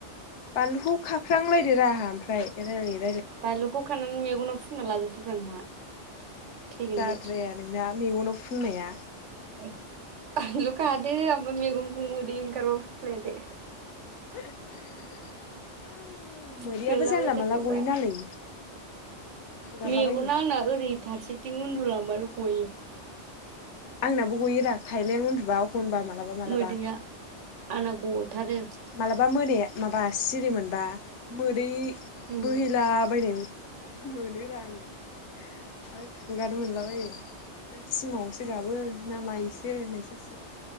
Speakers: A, on the left; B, on the right.
A: बानलुखौ खाफ्रां लायदोंरा आहा ओमफाय <unintelligible>
B: बानलुखौ खानानै मेगनाव फुनना लाजोबदोब्रा नोंहा <unintelligible>
A: जाद्राया नोंना मेगनाव फुननाया
B: <unintelligible> मेगनखौ मोदै ओंखारब्लाबो फुफ्ले दे
A: <unintelligible> मोदैयाबो
B: फुफ्लेलाबायथारथ'ब्रा
A: जानला मोनला गयो नालै फुगारलाबायनो
B: मेगना आंना ओरै फारसेथिं उन्दुलांनो गयो
A: आंनाबो गयोरा खायलें उनदुबा अखनबा मालाबा मालाबा
B: मोदैया आंना गथारो
A: मालाबा मोनाया माबा सिरि मोनबा मोदै
B: उम
A: बोहैला बायना मोनो रा आङो आर फुगारनो मोनला बायो ना सिमाङावसो गाबो ना मायोसो होननायसो जास